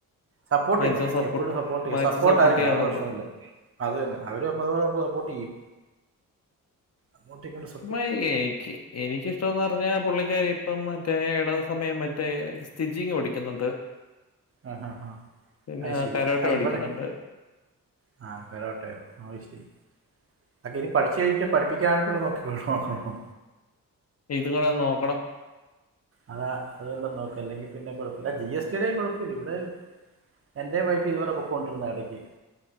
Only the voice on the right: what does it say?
സപ്പോട്ട്
ചെയ്യണം എപ്പോഴും സപ്പോർട്ട് ചെയ്യണം
സപ്പോർട്ട് ആയിരിക്കണം
അത് പ്രശ്നല്ല. അത് തന്നെ അവര് അപ്പ അത് പോലെ സപ്പോട്ടിയ്യും അങ്ങോട്ടും ഇങ്ങോട്ടും സ
ആഹ് ഹാ ഹാ.
അത് ശരി.
ആഹ്
ഇബടെ <unintelligible> ആഹ് ശരി അക്കെ ഇനി പഠിച്ച് കഴിഞ്ഞിട്ട് പഠപ്പിക്കാനായിട്ടുള്ള നോക്കിക്കോള്ളണോ നോക്കണോ
അതാ അതെല്ലാം നോക്കാ അല്ലെങ്കിൽ പിന്നെ കുഴപ്പ ഇല്ല. ജി എസ് ടി ടെയും കുഴപ്പ ഇല്ല. ഇവടെ എൻ്റെം വൈഫ് ഇതുപോലെ പോക്കൊണ്ടിരുന്നാ എടക്ക്.